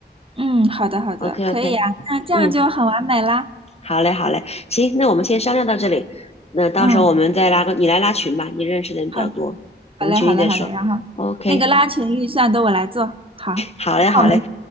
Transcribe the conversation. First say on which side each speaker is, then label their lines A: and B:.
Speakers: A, on the right; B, on the left.
A: 嗯，好的好的，
B: OK
A: 可以啊，
B: OK，
A: 那这样就很完美啦。
B: 嗯，好嘞好嘞，行，那我们先商量到这里，那到时候我们再拉个你来拉群吧，
A: 嗯，
B: 你认识的人比较多，
A: 好，
B: 我们群里再说。
A: 好嘞，好嘞，好嘞。然后那个拉群预算都我来做，
B: OK，
A: 好，
B: 好嘞好嘞，
A: 那我们